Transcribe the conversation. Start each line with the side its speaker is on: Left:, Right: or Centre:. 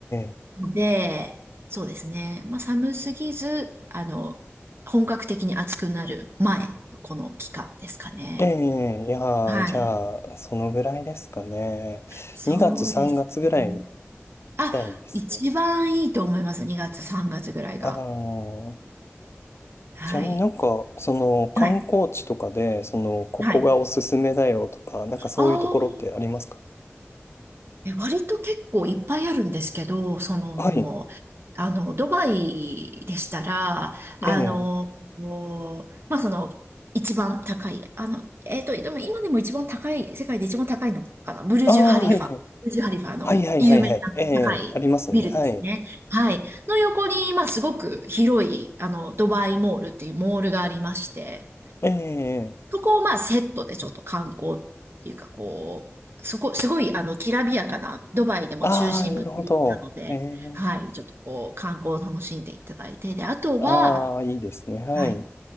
Left: え、
Right: ので、そうですね。まあ、寒すぎず、あの、本格的に暑くなる前のこの期間ですかね。
Left: ええ、ええいやー、
Right: はい。
Left: じゃあ、そのぐらいですかね。
Right: そうですね。
Left: 2月、3月ぐらい行きたいですね。
Right: あ、一番いいと思います。2月、3月ぐらいが。
Left: ああ、
Right: はい。
Left: ちなみになんか、その観光地とかで、
Right: はい。
Left: その、ここがおすすめだよとか、
Right: はい。
Left: なんかそういうところってありますか
Right: ああ。え、割と結構いっぱいあるんですけど、その、
Left: はい。
Right: あの、ドバイでしたら、あの、
Left: ええ、
Right: こうまあ、その、一番高い、あの、えっと、でも今でも一番高い、世界で一番高いのかな、ブルジュ・
Left: ああ、
Right: ハリファ。
Left: はいはい。
Right: ブルジュ・ハリファあの有名な高いビルですね。
Left: はいはいはいはい。ええ、ありますね。はい。
Right: はい。の横に、まあ、すごく広い、あの、ドバイモールっていうモールがありまして、
Left: ええ、
Right: そこをまあセットでちょっと観光っていうかこう、そこ、すごいあの、きらびやかな、ドバイでも中心部って立地なので、
Left: ああ、なるほど。ええ、
Right: はい、ちょっとこう、観光を楽しんでいただいて、で、あとは、
Left: ああ、いいですね。はい。
Right: はい、